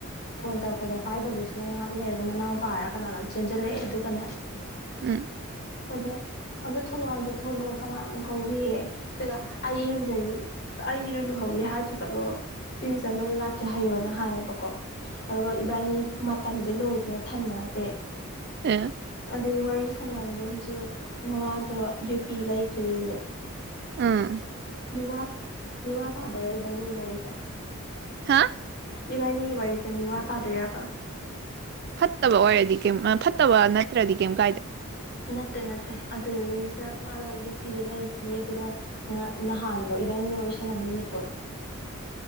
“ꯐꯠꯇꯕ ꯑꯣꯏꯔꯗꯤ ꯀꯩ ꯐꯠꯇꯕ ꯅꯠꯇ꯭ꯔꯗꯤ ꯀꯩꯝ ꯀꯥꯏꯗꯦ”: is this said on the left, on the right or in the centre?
Right